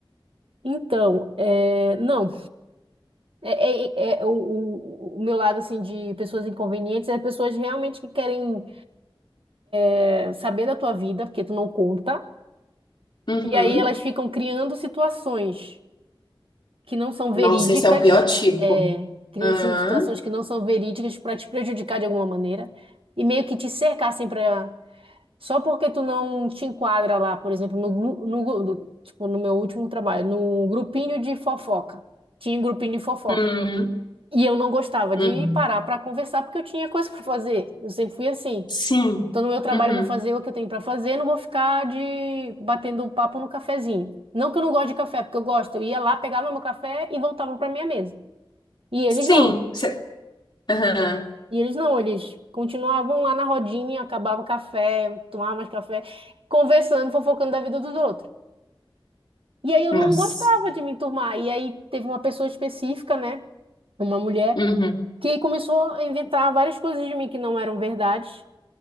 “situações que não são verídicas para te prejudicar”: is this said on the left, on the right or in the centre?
Right